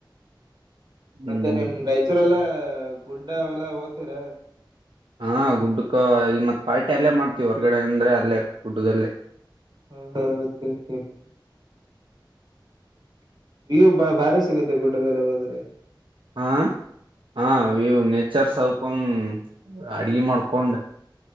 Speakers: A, on the right (about 60°); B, on the right (about 85°).
A: ಮತ್ತೆ
B: ಹ್ಮ್
A: ನಿಮ್ ರಾಯಚೂರೆಲ್ಲ ಗುಡ್ಡ ಅವೆಲ್ಲ ಹೋತರ
B: ಹಾ ಗುಡ್ಡಕ್ಕ ಈಗ ಮತ್ ಪಾರ್ಟಿ ಅಲ್ಲೇ ಮಾಡ್ತೀವಿ ಹೊರ್ಗಡೆ ಅಂದ್ರೆ ಅಲ್ಲೇ ಗುಡ್ಡದಲ್ಲೇ
A: ಹಾ ಹಾ ಓಕೆ ಓಕೆ ಓಕೆ ನೀವು ಬ ಬಾರಿ ಸಿಗುತ್ತೆ ಗುಡ್ಡದಲ್ಲಿ ಹೋದ್ರೆ
B: ಆ ಹಾ ಇವು ನೇಚರ್ ಸಾವಿಕೊಂಡ್ ಅಡ್ಗೆ ಮಾಡ್ಕೊಂಡ್